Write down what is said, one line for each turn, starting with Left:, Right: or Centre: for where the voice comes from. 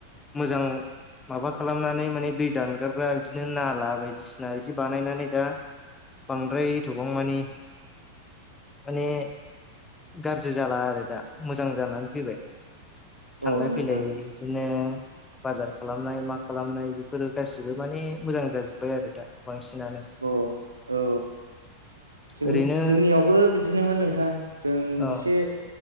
Left: मोजां माबा खालामनानै माने दै दानगारग्रा बिदिनो नाला बायदिसिना बिदि बानायनानै दा बांद्राय एथ'बांमानि माने गाज्रि जाला आरो दा मोजां जानानै फैबाय थांलाय
Right: औ नोंथां
Left: फैलाय बिदिनो बाजार खालामनाय मा खालामनाय बेफोरो गासिबो माने मोजां जाजोब्बाय आरो दा बांसिनानो
Right: औ औ जों
Left: ओरैनो
Right: जोंनियावबो बिदिनोमोन नोंथां जों
Left: औ
Right: एसे